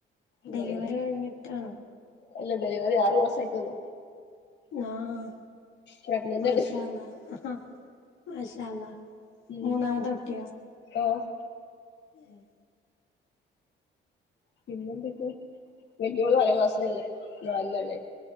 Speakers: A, on the left (about 85°); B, on the left (about 60°).
A: ഡെലിവറി
B: ഇവടേണ്
A: കഴിഞ്ഞിട്ടാണോ
B: അല്ല ഡെലിവറി ആറ് മാസായിട്ടൊള്ളൂ
A: ആഹ്
B: പ്രഗ്നന്റ്
A: മാഷാഅല്ലാഹ്‌
B: ആണ്
A: മാഷാഅല്ലാഹ്‌
B: ഉം
A: മൂന്നാമത്തെ കുട്ട്യോ
B: ആഹ്
A: ഏഹ്
B: പിന്നെന്തെക്കെ വല്യോള് നാലാം ക്ലാസ്സിലാലെ നാല് ലാലെ